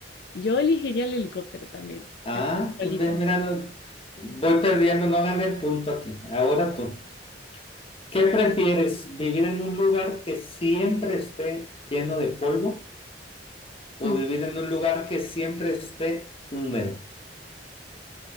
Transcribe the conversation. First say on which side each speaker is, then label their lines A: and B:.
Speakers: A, on the left; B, on the left.
A: Yo elegiría el helicóptero también,
B: Ah,
A: pensando igualito.
B: ve- mira, no- voy perdiendo, no gané el punto aquí. Ahora tú. ¿Qué prefieres, vivir en un lugar que siempre esté lleno de polvo o
A: Mm.
B: vivir en un lugar que siempre esté húmedo?